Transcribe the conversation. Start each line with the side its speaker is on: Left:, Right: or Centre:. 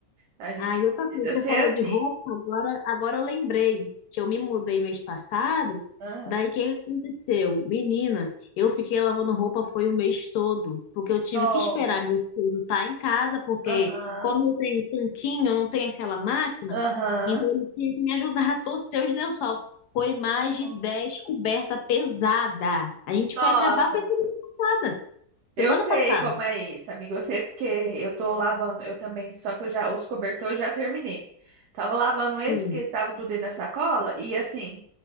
Right: A gente
Left: Ah, e
Right: precisa
Left: outra coisa, você
Right: ser
Left: falou
Right: assim.
Left: de roupa, agora, agora eu lembrei que eu me mudei mês passado.
Right: Ah,
Left: Daí o que aconteceu? Menina, eu fiquei lavando roupa foi o mês todo, porque eu tive
Right: não.
Left: que esperar meu filho estar em casa, porque
Right: Aham.
Left: como eu tenho tanquinho, eu não tenho aquela máquina,
Right: Aham.
Left: então ele tinha que me ajudar a torcer os lençol. Foi mais
Right: Não.
Left: de 10 coberta pesada. A gente
Right: Nossa.
Left: foi acabar foi semana passada. Semana
Right: Eu sei
Left: passada.
Right: como é isso, amigo. Eu sei porque eu tô lavando, eu também, só que eu já, os cobertores eu já terminei. Tava lavando
Left: Sim.
Right: eles porque estava tudo aí na sacola e assim,